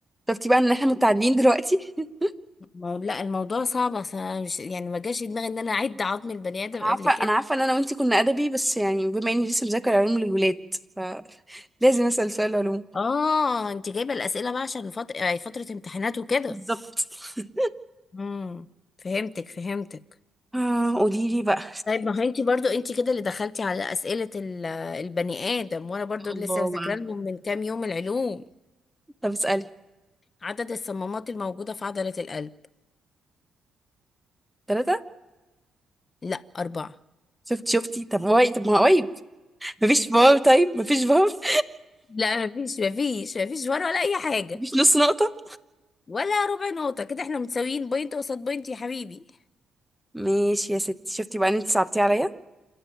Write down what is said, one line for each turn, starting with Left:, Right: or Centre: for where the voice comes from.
Centre: شفتي بقى ان احنا متعادلين دلوقتي <laughs>
Left: ما هو- لا الموضوع صعب أصل أنا مش يعني ما جاش في دماغي ان انا اعد عظم البني ادم
Centre: انا
Left: قبل
Centre: عارفه
Left: كده
Centre: انا عارفه ان انا وانتي كنا ادبي بس يعني بما اني لسه مذاكره علوم للولاد فلازم اسال سؤال علوم
Left: اه انت جايبه الاسئله بقى عشان فت... يعني فتره امتحانات وكده
Centre: بالظبط <laughs>
Left: امم فهمتك فهمتك
Centre: آه، قولي لي بقى
Left: طيب ما هو انت برضو انت كده اللي دخلتي على اسئله ال- البني ادم وانا برضو
Centre: الله
Left: لسه ذاكره لهم من كام يوم العلوم
Centre: طب اسألي
Left: عدد الصمامات الموجوده في عضله القلب
Centre: ثلاثة
Left: لا أربعة
Centre: شفت شفتي طب واي طب ما قريب مفيش فار طيب مفيش فار <laughs>
Left: لا مفيش مفيش مفيش ورا ولا اي حاجه
Centre: مفيش نص نقطة
Left: ولا ربع نقطه كده احنا متساويين بوينت قصاد بوينت يا حبيبي
Centre: ماشي يا ستي شفتي بقى ان انت صعبتيه عليا